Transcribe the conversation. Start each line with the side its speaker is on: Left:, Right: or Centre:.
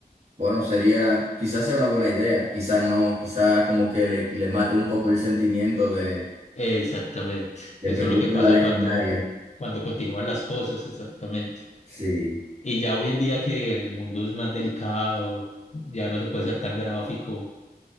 Right: Bueno, sería, quizás sea una buena idea, quizás no, quizás como que le, le mate un poco el sentimiento de,
Left: Exactamente.
Right: de
Left: Eso
Right: película
Left: es lo que pasa
Right: legendaria.
Left: cuando, cuando continúan las cosas, exactamente.
Right: Sí,
Left: Y ya hoy en día que el mundo es más delicado, ya no se puede ser tan gráfico,